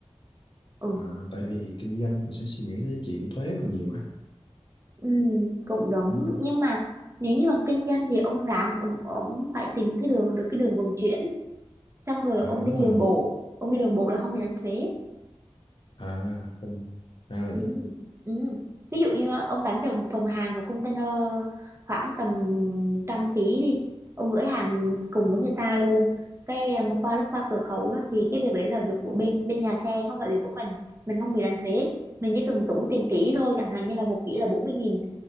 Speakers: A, on the right (about 25°); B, on the left (about 55°).
A: ừ,
B: à, tại vì kinh doanh thì sẽ suy nghĩ tới chuyện thuế còn nhiều á
A: ừ cũng đúng
B: ừ,
A: nhưng mà nếu như mà kinh doanh thì ông ráng ông, ông phải tìm cái đường được cái đường vận chuyển xong rồi
B: à,
A: ông
B: đúng
A: đi
B: rồi
A: đường bộ ông đi đường bộ là không bị đánh thuế
B: à không ra là
A: Ừ,
B: vậy
A: ừ. Ví dụ như ờ, ông đánh đồng thùng hàng một container khoảng tầm trăm ký đi ông gửi hàng cùng với người ta luôn cái ờ, mà qua lúc qua cửa khẩu á, thì cái việc đấy là việc của bên bên nhà xe không phải việc của mình mình không bị đánh thuế mình chỉ cần tốn tiền kỹ thôi chẳng hạn như là một kỹ là bốn mươi nghìn